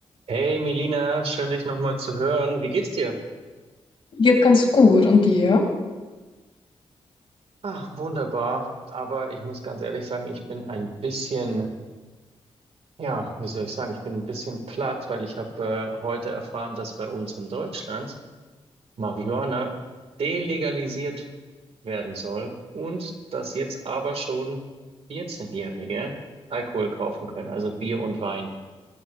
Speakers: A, on the right; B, on the left.
A: Hey Melina, schön dich nochmal zu hören. Wie geht's dir?
B: Geht ganz gut. Und dir?
A: Ah, wunderbar. Aber ich muss ganz ehrlich sagen, ich bin ein bisschen, ja, wie soll ich sagen, ich bin ein bisschen platt, weil ich habe äh, heute erfahren, dass bei uns in Deutschland Marihuana delegalisiert werden soll und dass jetzt aber schon 14-Jährige Alkohol kaufen können, also Bier und Wein.